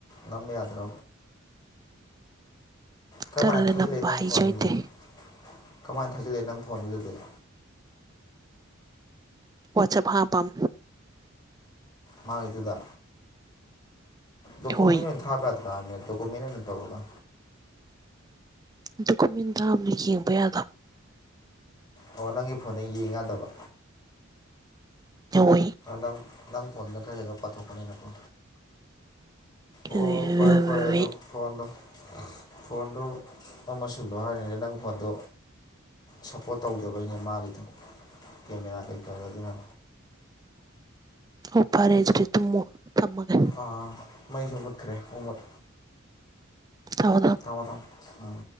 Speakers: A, on the left; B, on the right.
A: ꯅꯝꯕ ꯌꯥꯗ꯭ꯔꯣ ꯀꯔꯃꯥꯏ
B: ꯇꯜꯂꯦ
A: ꯊꯥꯖꯤꯜꯂꯛꯦ
B: ꯅꯝꯕ
A: ꯅꯪ
B: ꯍꯩꯁꯨ
A: ꯐꯣꯟꯗꯨꯗꯗꯤ
B: ꯍꯩꯇꯦ
A: ꯀꯃꯥꯏ ꯊꯥꯖꯤꯜꯂꯛꯑꯦ ꯅꯪ ꯐꯣꯟꯗꯨꯗꯗꯤ
B: ꯋꯥꯆꯑꯞ ꯍꯥꯄꯝ
A: ꯃꯥꯒꯤꯗꯨꯗ ꯗꯣꯀꯨꯃꯦꯟ
B: ꯍꯣꯏ
A: ꯑꯣꯏꯅ ꯊꯥꯕ ꯌꯥꯗ꯭ꯔꯥꯃꯦ ꯗꯣꯀꯨꯃꯦꯟ ꯑꯣꯏꯅ ꯇꯧꯔꯒ
B: ꯗꯣꯀꯨꯃꯦꯟ ꯊꯥꯕꯗꯤ ꯌꯦꯡꯕ ꯌꯥꯗ
A: ꯑꯣ ꯅꯪꯒꯤ ꯐꯣꯟꯗ ꯌꯦꯡꯌꯥꯗꯕ
B: ꯗꯣꯏ
A: ꯅꯪ ꯅꯪ ꯀꯣꯟꯗ ꯈ꯭ꯔ ꯍꯦꯟꯅ ꯄꯥꯊꯣꯛꯄꯅꯤꯅꯀꯣ ꯑꯣ
B: ꯍꯣꯏ ꯍꯣꯏ ꯍꯣꯏ
A: ꯐꯔꯦ
B: ꯍꯣꯏ
A: ꯐꯔꯦ ꯑꯗꯣ
B: ꯍꯣꯏ
A: ꯐꯣꯟꯗꯣ ꯐꯣꯟꯗꯨ ꯑꯃ ꯁꯤꯜꯂꯣ ꯍꯥꯏꯔꯤꯅꯤ ꯅꯪ ꯐꯣꯟꯗꯨ ꯁꯞꯄꯣꯔꯠ ꯇꯧꯗꯕꯩꯩꯅꯦ ꯃꯥꯒꯤꯗꯨ ꯀꯦꯃꯦꯔꯥ ꯀꯩꯀꯥ ꯑꯗꯨꯅ
B: ꯍꯣ ꯐꯔꯦ ꯑꯗꯨꯗꯤ ꯇꯨꯃꯣ ꯊꯃꯒꯦ꯫
A: ꯑꯥ꯫ ꯃꯥꯏꯖꯨ ꯃꯨꯠꯈ꯭ꯔꯦ ꯄꯨꯃꯨꯠ
B: ꯇꯧꯒꯗꯝ
A: ꯒꯗꯝ ꯎꯝ